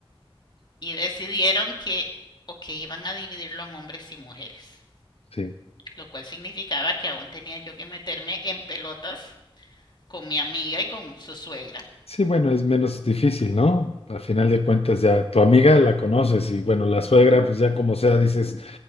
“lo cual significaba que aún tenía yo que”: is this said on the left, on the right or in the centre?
Left